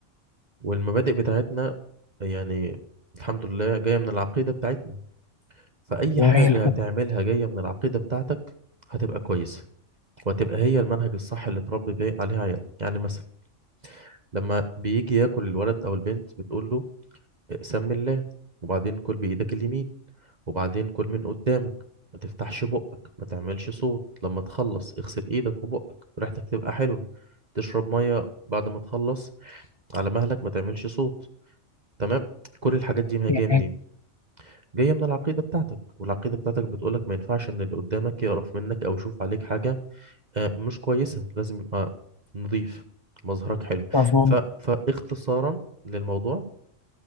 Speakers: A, on the right; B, on the left.
A: والمبادئ بتاعتنا يعني الحمد لله جاية من العقيدة بتاعتنا فأي
B: جميل
A: حاجة هتعملها جاية من العقيدة بتاعتك هتبقى كويسة وهتبقى هي المنهج الصح اللي تربي بيه عليه عيالك يعني مثلا لما بيجي ياكل الولد أو البنت بتقول له سم الله وبعدين كل بإيدك اليمين وبعدين كل من قدامك ما تفتحش بقك ما تعملش صوت لما تخلص اغسل ايدك وبقك ريحتك تبقى حلوة تشرب مية بعد ما تخلص على مهلك ما تعملش صوت تمام كل الحاجات دي ما هي
B: يعني
A: جاية منين جاية من العقيدة بتاعتك والعقيدة بتاعتك بتقولك ما ينفعش ان اللي قدامك يقرف منك او يشوف عليك حاجة آه، مش كويسة لازم يبقى نظيف مظهرك حلو
B: مظبوط
A: ف... فاختصارا للموضوع